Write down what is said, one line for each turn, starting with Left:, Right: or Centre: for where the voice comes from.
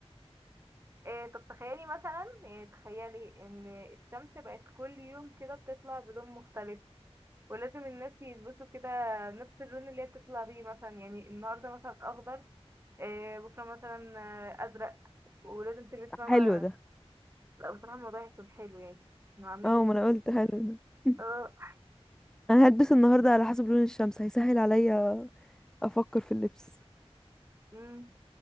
Right: إيه طب تخيلي مثلا إيه تخيلي ان الشمس بقت كل يوم كده بتطلع بلون مختلف ولازم الناس يلبسوا كده نفس اللون اللي هي بتطلع بيه مثلا يعني النهارده مثلا اخضر إيه بكره مثلا آه، ازرق ولازم تلبس
Centre: <laughs>
Right: فاهمة
Centre: حلو ده
Right: لا بصراحة الموضوع هيكون حلو يعني إنه عاملين
Centre: اه ما انا قلت حلو ده <laughs>
Right: اه
Centre: انا هلبس النهاردة على حسب لون الشمس هيسهل عليا افكر في اللبس
Right: امم